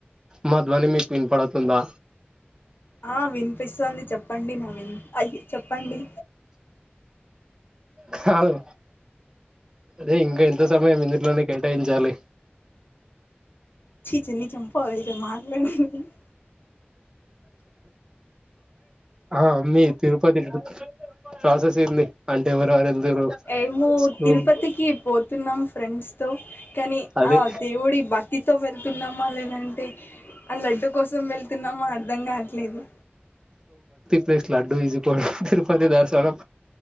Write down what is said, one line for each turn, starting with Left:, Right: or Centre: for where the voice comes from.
Right: మా ధ్వని మీకు వినపడుతందా
Left: ఆ వినిపిస్తుంది చెప్పండి నవీన్ అయ్య చెప్పండి
Right: కాదు అదే ఇంకా ఎంత సమయం ఇందుట్లోనే కేటాయించాలి
Left: చీచీ నీ చంప పగు మార్ <unintelligible>
Right: ఆ అమ్మీ తిరుపతి కి <inaudible> ప్రాసెస్ ఏంది అంటే ఎవరెవరు వెళ్తురు
Left: ఏమో
Right: స్కూల్
Left: తిరుపతికి పోతున్నాం ఫ్రెండ్స్ తో కానీ
Right: అదే
Left: ఆ దేవుడి భక్తి తో వెళ్తున్నామా లేదంటే ఆ లడ్డు కోసం వెళ్తున్నామో అర్ధం గాట్లేదు
Right: ప్లస్ లడ్డు ఇజికోల్టు తిరుపతి దర్శనం